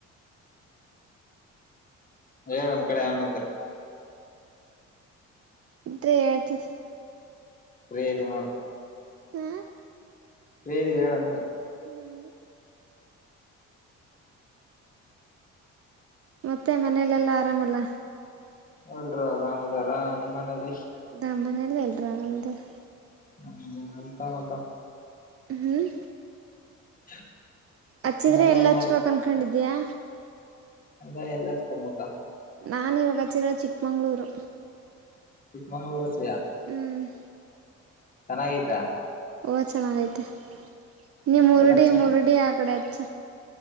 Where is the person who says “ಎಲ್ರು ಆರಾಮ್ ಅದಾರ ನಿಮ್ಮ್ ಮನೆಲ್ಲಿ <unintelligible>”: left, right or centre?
Left